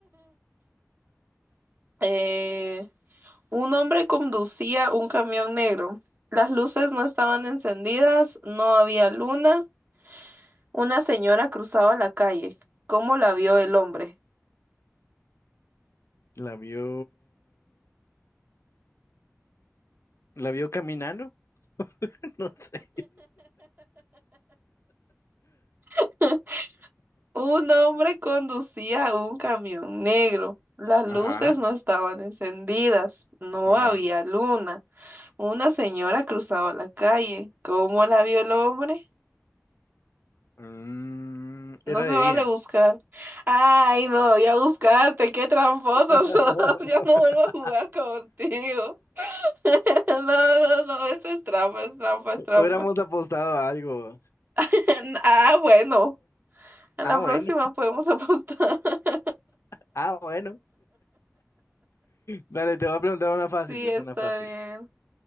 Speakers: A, on the right; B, on the left.
A: <laughs> Eh, Un hombre conducía un camión negro. Las luces no estaban encendidas, no había luna. Una señora cruzaba la calle. ¿Cómo la vio el hombre?
B: La vio. La vio caminando, <laughs> no sé.
A: <laughs> Un hombre conducía un camión negro. Las
B: Ajá,
A: luces no estaban encendidas, no
B: ajá.
A: había luna. Una señora cruzaba la calle. ¿Cómo la vio el hombre?
B: Mm,
A: No
B: era
A: se
B: de
A: vale
B: día.
A: buscar. Ay, no, ya buscaste, qué tramposos
B: <laughs>
A: sos. <laughs> Ya no vuelvo a jugar contigo. <laughs> No, no, no, eso es trampa, es trampa, es trampa.
B: Hubiéramos apostado a algo.
A: <laughs> Ah, bueno, a
B: Ah,
A: la
B: bueno.
A: próxima podemos apostar. <laughs>
B: Ah, bueno. Dale, te voy a preguntar una fácil,
A: Sí,
B: pues
A: está
B: una fácil.
A: bien.